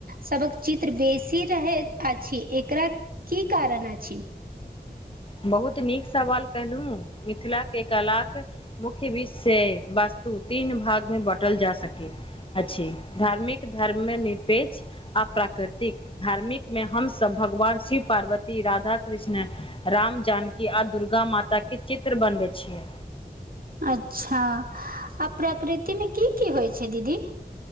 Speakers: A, on the right; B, on the left.
A: सबक चित्र बेसी रहै अछि एकरा की कारण अछि?
B: बहुत नीक सवाल कहलहु मिथिलाके कलाक मुख्य विषय वस्तु तीन भाग मे बाँटल जा सकय अछि धार्मिक धर्ममे निरपेक्ष आ प्राकृतिक धार्मिक मे हमसब भगवान शिव पार्वती राधा कृष्ण राम जानकी आ दुर्गा माताके चित्र बनबै छियै
A: अच्छा आ प्रकृतिमे की की होइ छै दीदी?